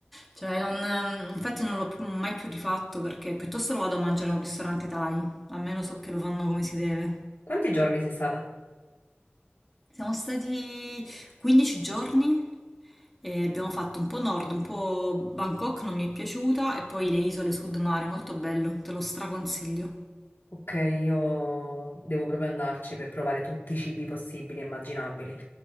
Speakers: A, in the centre; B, on the left.
A: Cioè, non- ehm, infatti non l'ho più- mai più rifatto perché piuttosto lo vado a mangiare a un ristorante thai, almeno so che lo fanno come si deve.
B: Quanti giorni sei stata?
A: Siamo stati 15 giorni e abbiamo fatto un po' nord, un po' Bangkok, non mi è piaciuta, e poi le isole sud mare, molto bello, te lo straconsiglio.
B: Ok, io devo proprio andarci per provare tutti i cibi possibili e immaginabili.